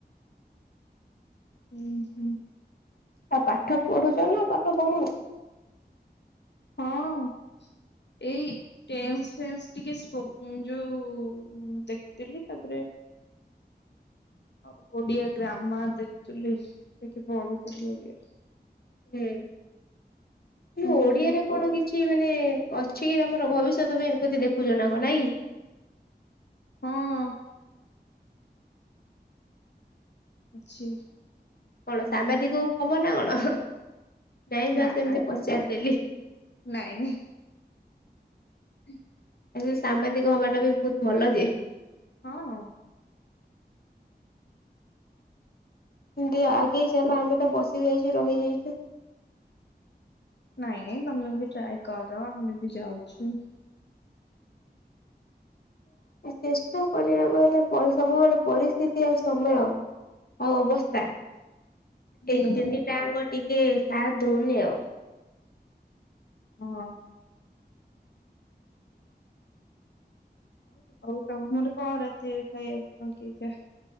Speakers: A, on the left (about 85°); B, on the left (about 60°).
A: ଉଁ ହୁଁ।
B: ଆ ପାଠ ପଢୁଚ ନା ପାଠ ପଢୁନ?
A: ହଁ। ଏଇ ଟେନ୍ସ ଫେନ୍ସ ଟିକେ ସ୍ପୋ ଯୋଉ ଦେଖୁଥିଲି। ତାପରେ ଆଉ ଓଡିଆ ଗ୍ରାମାର୍ ଦେଖୁଥିଲି। ଟିକେ ପଢ଼ୁଥିଲି ଓଡ଼ିଆ।
B: ହୁଁ। ମୁଁ
A: ହୁଁ
B: ଓଡିଆରେ କଣ କି କିଛି ମାନେ ଅଛି କି ତମର ଭବିଷ୍ୟତ ପାଇଁ ବୋଧେ ଦେଖୁଚ ନାଇଁ କି?
A: ହଁ। ଅଛି।
B: କଣ ସାମ୍ବାଦିକ ହବ ନା କଣ? ନାଇଁ
A: ନା
B: ବା ସେମିତି
A: ନା
B: ପଚାରିଦେଲି।
A: ନାଇଁ ନାଇଁ। ହୁଁ।
B: ଆ ସେ ସାମ୍ବାଦିକ ହବା ଟା ବି ବହୁତ ଭଲ ଯେ।
A: ହଁ।
B: ଦ ଆଗେଇ ଚାଲ ଆମେ ତ ବସି ଯାଇଛୁ ରହିଯାଇଛୁ।
A: ନାଇଁ ନାଇଁ ତମେ ବି ଟ୍ରାଏ କର ଆମେ ବି ଯାଉଛୁ।
B: ଚେଷ୍ଟା କରିବାକୁ ହେଲେ ପ ସବୁବେଳେ ପରିସ୍ଥିତି ଆଉ ସମୟ ଆଉ ଅବସ୍ଥା
A: ହୁଁ
B: ଏଇ ତିନିଟାଙ୍କ ଟିକେ ସାଥ ଦଉନି ଆଉ।
A: ହଁ। ହଉ ତମର କଣ ରାତିରେ ଖାଇବାକୁ <unintelligible>